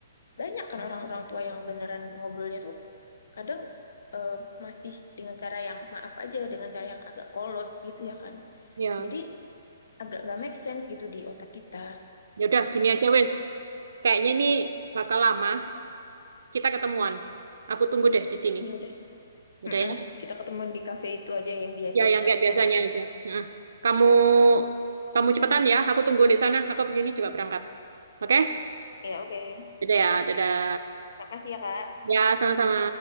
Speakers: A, on the left; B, on the right.
A: Banyak kan orang-orang tua yang beneran ngobrolnya tuh kadang eh, masih dengan cara yang maaf aja, dengan cara yang agak kolot gitu ya kan.
B: ya
A: Jadi agak nggak make sense gitu di otak kita.
B: ya udah gini aja
A: Aduh,
B: wes kayaknya ini bakal lama kita ketemuan aku tunggu deh di sini
A: ya udah.
B: Ya udah
A: Mm-mm.
B: ya
A: Kita ketemuan di cafe itu aja yang biasa
B: ya yang
A: kita
B: kayak
A: ke
B: biasanya
A: sana aja.
B: aja Mm-mm. kamu kamu cepetan ya aku tunggu di sana aku di sini juga berangkat oke
A: Ya oke.
B: dadah ya dadah
A: Makasih ya, Kak.
B: ya sama-sama